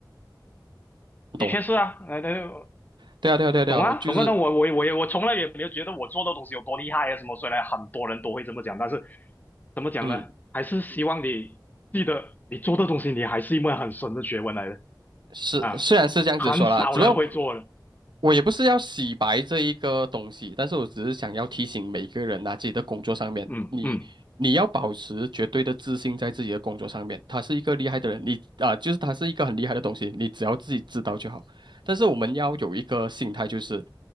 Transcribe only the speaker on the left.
的确是啊，呃，那
懂啊懂啊。
那我我我也我从来也没有觉得我做的东西有多厉害啊什么。虽然很多人都会这么讲，但是怎么讲呢？
还是希望你记得，你做的东西，你还是一门很深的学问来的
啊，很少人会做的。
嗯嗯